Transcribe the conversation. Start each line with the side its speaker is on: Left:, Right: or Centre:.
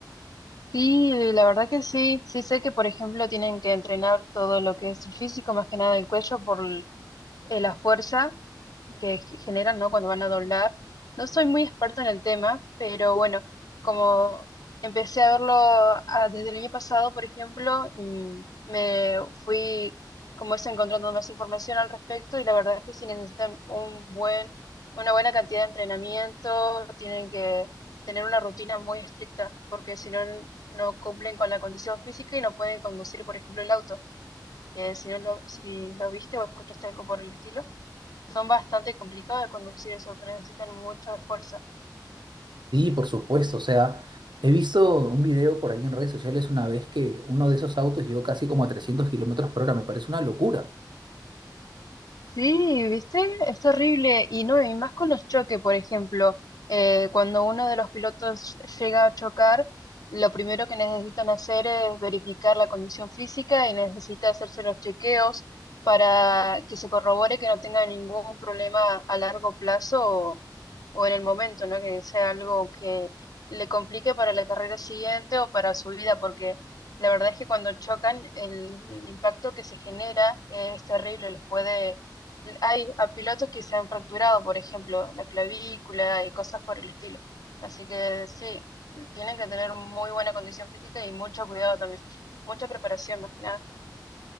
Left: Sí, eh, la verdad que sí. Sí sé que, por ejemplo, tienen que entrenar todo lo que es el físico, más que nada el cuello por l- eh, la fuerza que ge- generan, ¿no? Cuando van a doblar. No soy muy experta en el tema, pero bueno, como empecé a verlo ah, desde el año pasado, por ejemplo, mm, me fui como es encontrando más información al respecto y la verdad es que si necesitan un buen, una buena cantidad de entrenamiento, tienen que tener una rutina muy estricta, porque si no, no cumplen con la condición física y no pueden conducir, por ejemplo, el auto, que si no lo, si lo viste o escuchaste algo por el estilo son bastante complicadas de conducir, sobre todo necesitan mucho esfuerzo.
Right: Sí, por supuesto. O sea, he visto un video por ahí en redes sociales una vez que uno de esos autos llegó casi como a 300 kilómetros por hora. Me parece una locura.
Left: Sí, ¿viste? Es terrible. Y no, y más con los choques, por ejemplo, eh, cuando uno de los pilotos llega a chocar, lo primero que necesitan hacer es verificar la condición física y necesita hacerse los chequeos para que se corrobore que no tenga ningún problema a largo plazo o, o en el momento, ¿no? Que sea algo que le complique para la carrera siguiente o para su vida, porque la verdad es que cuando chocan, el el impacto que se genera es terrible, los puede hay a pilotos que se han fracturado, por ejemplo, la clavícula y cosas por el estilo. Así que sí, tienen que tener muy buena condición física y mucho cuidado también, mucha preparación más que nada.